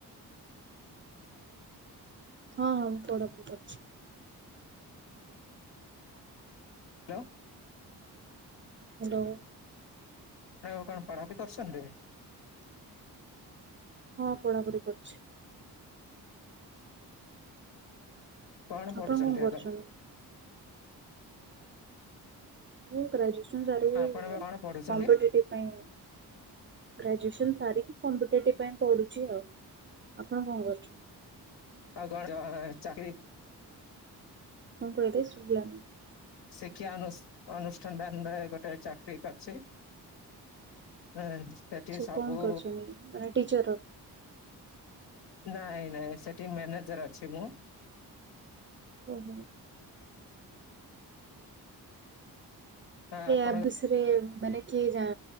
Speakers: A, on the right; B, on the left.
A: ହଁ ହଁ ମୁଁ ପଢାପଢ଼ି କରୁଛି।
B: ହ୍ୟାଲୋ।
A: ହ୍ୟାଲୋ।
B: ନ କଣ ପଢାପି କରୁଛନ୍ତି?
A: ହଁ, ପଢାପଢି କରୁଛି।
B: କଣ ପଢୁଛନ୍ତି
A: ଆପଣ କଣ କରୁଛନ୍ତି?
B: ଏବେ
A: ମୁଁ ଗ୍ରାଜୁଏସନ ସାରିକି
B: ଆପଣ ଏବେ କଣ ପଢୁଛନ୍ତି
A: କମ୍ପିଟେଟିଭ ପାଇଁ ଗ୍ରାଜୁଏସନ ସାରିକି କମ୍ପିଟେଟିଭ ପାଇଁ ପଢୁଛି ଆଉ। ଆପଣ କଣ କରୁଛନ୍ତି?
B: <unintelligible> ଶିକ୍ଷା
A: କଣ କହିଲେ ଶୁଭିଲାନି?
B: ଶିକ୍ଷା ଅନୁଷ୍ଠାନରେ ଗୋଟେ ଚାକିରି କରିଛି। ହଁ ସେଠି
A: ଆଚ୍ଛା
B: ସାବୁ
A: କଣ କରୁଛନ୍ତି? ମାନେ ଟିଚର।
B: ନାଇଁ ନାଇଁ, ସେଠି ମ୍ୟାନେଜର ଅଛି ମୁଁ।
A: ଓହୋ। ୟା
B: ଆପଣଙ୍କ
A: ବିଷୟରେ ମାନେ କିଏ ଯା